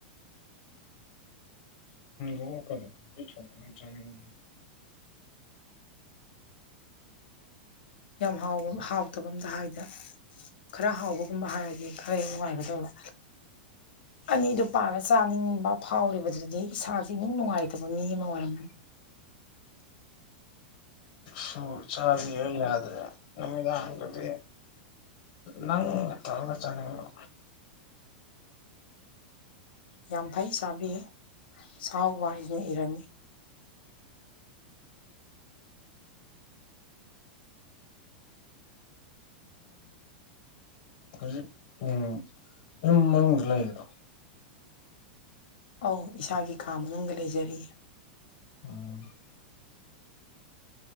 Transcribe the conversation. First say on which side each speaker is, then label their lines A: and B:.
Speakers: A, on the left; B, on the left.
A: ꯑꯣ ꯀꯗꯣ ꯑꯗꯨ ꯊꯣꯡ ꯌꯥꯝ ꯆꯪꯉ <inaudible> <unintelligible>
B: ꯌꯥꯝ ꯍꯥꯎꯕ ꯍꯥꯎꯇꯕ ꯑꯝꯇ ꯍꯥꯏꯗ ꯈꯔ ꯍꯥꯎꯕꯒꯨꯝꯕ ꯍꯥꯏꯔꯗꯤ ꯈꯔ ꯍ ꯅꯨꯡꯉꯥꯏꯒꯗꯧꯕ ꯑꯅꯤꯗꯨꯣ ꯄꯥꯅ ꯆꯥꯅꯤꯡꯕ ꯐꯥꯎꯔꯤꯕꯗꯨꯗꯤ ꯏꯁꯥꯥꯁ ꯏꯅꯨꯡ ꯅꯨꯡꯉꯥꯏꯇꯕ ꯃꯤ ꯑꯃ ꯑꯣꯏꯔꯝꯕꯅꯤ
A: ꯁꯨ ꯆꯥꯕꯤꯌ ꯌꯥꯗ꯭ꯔꯦ ꯅꯨꯃꯤꯗꯥꯪꯗꯗꯤ ꯅꯪ ꯅꯥ ꯇꯧꯔꯒ ꯆꯅꯤꯡꯕ
B: ꯌꯥꯝ ꯐꯩ ꯆꯥꯕꯤꯌꯨ ꯆꯥꯎꯥꯎꯕ ꯍꯥꯏꯅ ꯏꯔꯅꯤ
A: ꯑꯣ ꯎꯝ ꯅꯪ ꯃꯅꯨꯡꯗ ꯂꯩꯔꯤ ꯅꯇꯔꯣ
B: ꯑꯧ ꯏꯁꯥꯒꯤ ꯀꯥ ꯃꯅꯨꯡꯗ ꯂꯩꯖꯔꯤ
A: ꯎꯝ